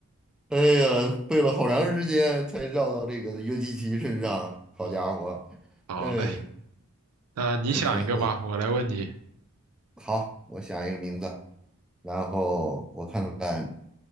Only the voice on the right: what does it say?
嗯，好嘞，
那你想一个吧，
我来问你，